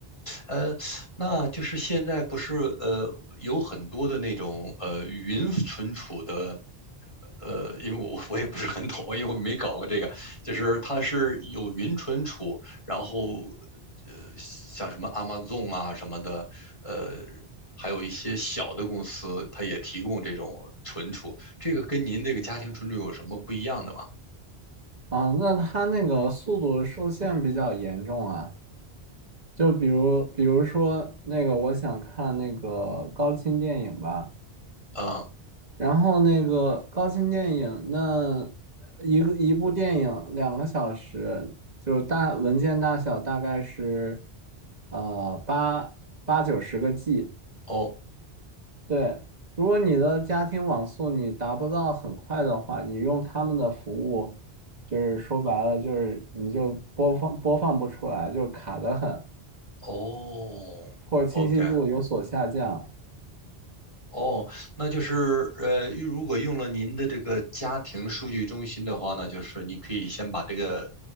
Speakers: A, on the left (about 30°); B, on the right (about 40°).
A: 呃，那就是现在不是呃有很多的那种呃云存储的呃，因为我 <laughs> 我也不是很懂，因为我没搞过这个，就是它是有云存储，然后呃，像什么 Amazon 啊什么的，呃，还有一些小的公司，它也提供这种存储，这个跟您这个家庭存储有什么不一样的吗？
B: 啊。那它那个速度受限比较严重啊。就比如，比如说那个，我想看那个高清电影吧。
A: 啊，
B: 然后那个高清电影，那一个一部电影两个小时，就大文件大小大概是呃八八九十个 G。
A: 哦
B: 对，如果你的家庭网速你达不到很快的话，你用他们的服务，就是说白了就是你就播放播放不出来，就卡得很，
A: 哦，OK，
B: 或者清晰度有所下降。
A: 哦，那就是呃，如果用了您的这个家庭数据中心的话呢，就是你可以先把这个